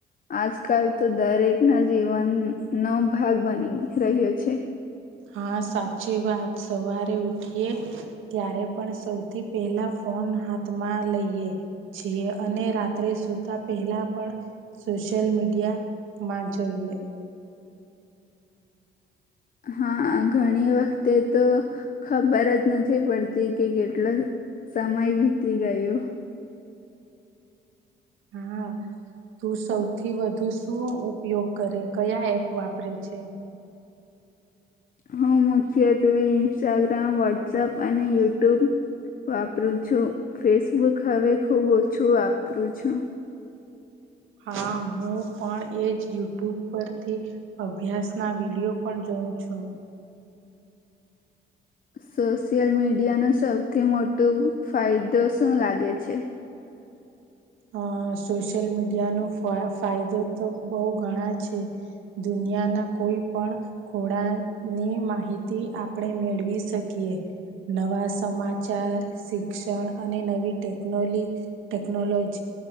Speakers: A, on the left (about 45°); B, on the right (about 80°).
A: આજકાલ તો દરેક ના જીવનનોોભાગ બની રહ્યો છે
B: હા સાચી વાત સવારે ઉઠ ત્યારે પણ સૌથી પહેલા ફોન હાથમાં લઈએ છીએ અને અને રાત્રે સૂતા પહેલાં પણ સોશિયલ મીડિયામાં જોઈએ
A: હા ઘણી વખતે તો ખબર જ નથી પડતી કે કેટલો સમય વીતી ગયું
B: હા તું સૌથી વધુ શું ઉપયોગ કરે કયા એપ વાપરે છે
A: હું મુખ્યત્વે ઇન્સ્ટાગ્રામ વોટ્સપ અને યુટ્યુબ વાપરું છું ફેસબુક હવે ખુબ ઓછું વાપરું છું
B: હા હું પણ એજ યુટ્યુબ પરથી અભ્યાસ ના વિડીયો પણ જોઉ પૂછો
A: સોશિયલ મીડિયાનો સૌથી મોટું ફાયદો શું લાગે છે
B: અ સોશિયલ મીડિયા નો ફાયદો તો બહુ ઘણા છે દુનિયા દુનિયાના કોઈ પણ ખોડાની માહિતી આપણે મેળવી શકીએ નવા સમાચાર શિક્ષણ અને નવી ટેકનોલી ટેકનોલોજી